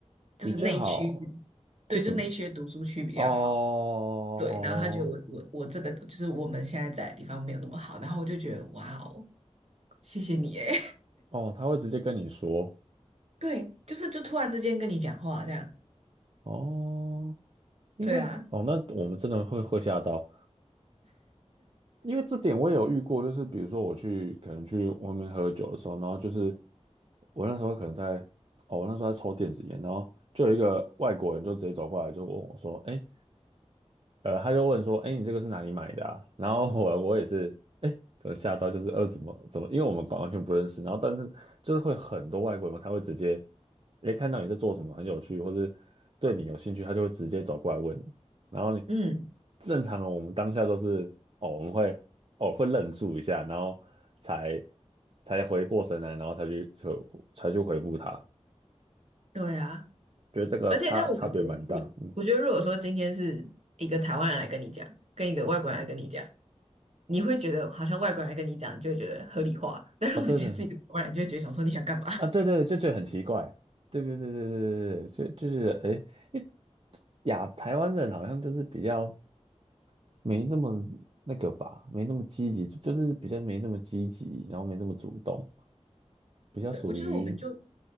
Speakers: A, on the right; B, on the right.
A: 就是那一区是，
B: 比较好
A: 对，
B: 是什么？
A: 就那一区的读书区比较好。
B: 哦
A: 对，然后他觉得我我我这个就是我们现在在的地方没有那么好，然后我就觉得哇哦，谢谢你诶，
B: 哦，他会直接跟你说，
A: <laughs> 对，就是就突然之间跟你讲话这样，
B: 哦，因为哦，
A: 对啊，
B: 那我们真的会会吓到，因为这点我也有遇过，就是比如说我去可能去外面喝酒的时候，然后就是我那时候可能在哦，我那时候在抽电子烟，然后就有一个外国人就直接走过来就问我说：“哎，呃，他就问说，哎，你这个是哪里买的啊？然后我我也是，哎，我吓到，就是呃，怎么怎么，因为我们完全不认识，然后但是就是会很多外国人，他会直接，哎，看到你在做什么很有趣，或是对你有兴趣，他就会直接走过来问你，然后你
A: 嗯，
B: 正常的我们当下都是，哦，我们会哦会愣住一下，然后才才回过神来，然后才去才才去回复他，
A: 对啊，
B: 觉得这个差差别蛮大，
A: 而且但我我我我觉得，
B: 嗯，
A: 如果说今天是一个台湾人来跟你讲，跟一个外国人来跟你讲，你会觉得好像外国人来跟你讲，你就会觉得合理化，<laughs> 但如果今天是一个台湾人，
B: 哦，对对。
A: 就会觉得想说你想干嘛？
B: 啊，对对，这这很奇怪，对对对对对对对，就就是哎，诶因为亚台湾人好像就是比较没这么那个吧，没这么积极，就是比较没这么积极，然后没这么主动，比较属于
A: 对，我觉得我们就